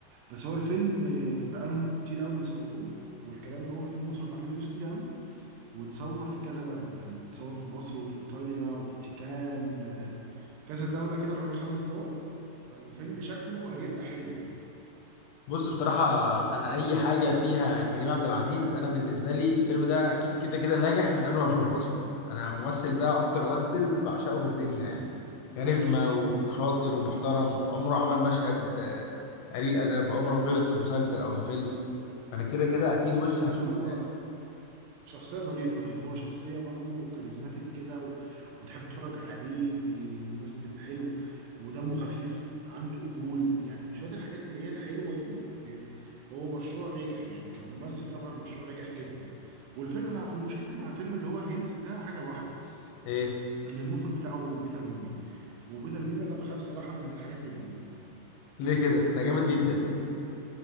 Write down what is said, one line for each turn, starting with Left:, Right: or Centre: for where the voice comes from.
Right: بس هو الفيلم آه، بقالهم كتير قوي بيصوروه والكلام ان هو الفيلم مصروف عليه فلوس كتير قوي وتصور في كذا بلد يعني بتصور في مصر وفي إيطاليا وفاتيكان آه، كذا دولة كده حوالي خمس دول فالفيلم شكله هيبقى حلو يعني
Left: بص بصراحة أنا أي حاجة فيها كريم عبد العزيز أنا بالنسبة لي الفيلم ده أكيد كده كده ناجح من قبل ما أشوفه أصلا أنا الممثل ده أكتر ممثل
Right: اه
Left: بعشقه في الدنيا يعني كاريزما وشاطر ومحترم عمره عمل مشهد آه، قليل أدب عمره ما غلط في مسلسل أو في فيلم أنا كده كده أكيد وش هشوفه
Right: لا لا، هو
Left: يعني
Right: شخصية ظريفة يعني هو شخصية برضو كاريزماتيك كده و- وتحب تتفرج عليه بي- بيمثل حلو ودمه خفيف عنده قبول يعني شوية الحاجات اللي هي الحلوة دي بي- ب- هو مشروع ناجح يعني كممثل طبعا مشروع ناجح جدا والفيلم انا انا مشكلتي مع الفيلم اللي هو هينزل ده حاجة واحدة بس
Left: إيه
Right: ان المخرج بتاعه بيتر ميمي وبيتر ميمي انا بخاف صراحه من الحاجات اللي بيعملها
Left: ليه كده ده جامد جدا